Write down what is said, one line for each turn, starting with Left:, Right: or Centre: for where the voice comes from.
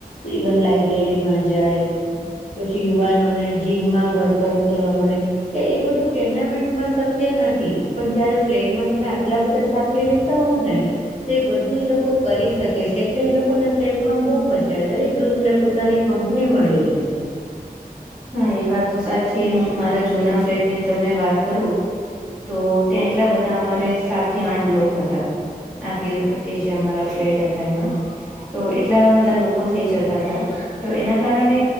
Left: ઇવન લાઈબ્રેરી માં જાય પછી યુવાનોને જીમમાં વર્કઆઉટ કરવા મળે એટલે એ બધું ટટેર્નામેન્ટમાં શક્ય નથી પણ જયારે ફ્લેટમાં તમે આટલા બધા સાથે રેતા હો ને તે બધું એ લોકો કરી શકે છે, એટલે એ લોકોને ફ્લેટમાં બો મજા આવે દરેક ગ્રુપને પોતાની કં ને મળી રે છે.
Centre: હા એ વાત તો સાચી હું મારા જુના ફ્લેટની તમને વાત કરું તો ત્યાં એટલા બધા અમારે સાત થી આઠ લોક હતા. આખી એ જે અમારા ફ્લેટ હતા એમાં તો એટલા બધા લોકો થઈ જતા તા તો એના કારણે